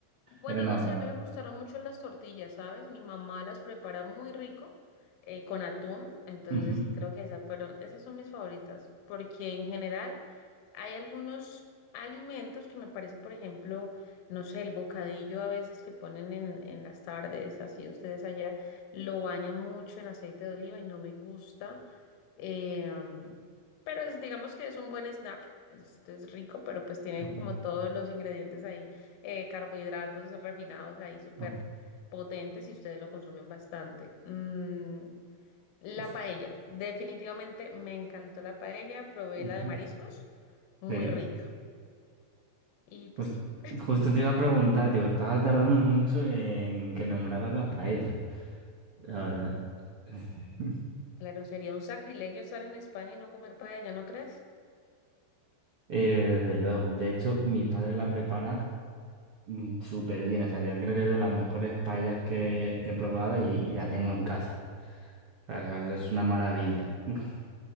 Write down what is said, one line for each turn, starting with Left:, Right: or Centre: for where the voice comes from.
Left: bueno,
Right: era una
Left: no sé,
Right: broma.
Left: a mí me gustaron mucho las tortillas, ¿sabes? Mi mamá las prepara muy rico eh, con atún, entonces
Right: Ujú,
Left: creo que esas fueron, esas son mis favoritas, porque en general hay algunos alimentos que me parece, por ejemplo, no sé, el bocadillo a veces que ponen en, en las tardes, así ustedes allá, lo bañan mucho en aceite de oliva y no me gusta. Em, pero es- digamos que es un buen snack. Es, es rico, pero pues tiene
Right: ujú,
Left: como todos los ingredientes ahí, eh, carbohidratos refinados ahí súper
Right: ujú.
Left: potentes y ustedes lo consumen bastante. Mm, la
Right: Es-
Left: paella. Definitivamente me encantó la paella. Probé
Right: ujú.
Left: la de mariscos. Muy
Right: Sí.
Left: rica. Y pues
Right: Jus-
Left: sí,
Right: justo te iba a preguntar, tío, estaba tardando mucho en que nombraras la paella, la verdad. <laughs>
Left: claro, sería un sacrilegio estar en España y no comer paella, ¿no crees?
Right: Eh, desde luego. De hecho, mi padre la prepara mm, súper bien. O sea, yo creo que es de las mejores paellas que, que he probado y, y la tengo en casa. O sea, o es una maravilla. <laughs>